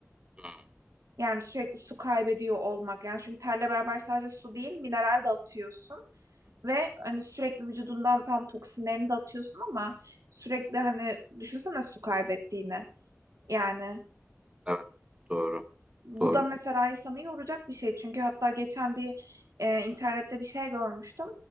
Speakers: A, on the right; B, on the right.
A: Hı,
B: Yani sürekli su kaybediyor olmak. Yani çünkü terle beraber sadece su değil, mineral de atıyorsun. Ve hani sürekli vücudundan tam toksinlerini de atıyorsun ama sürekli hani düşünsene su kaybettiğini. Yani
A: evet doğru
B: Bu
A: doğru.
B: da mesela insanı yoracak bir şey. Çünkü hatta geçen bir e, internette bir şey görmüştüm.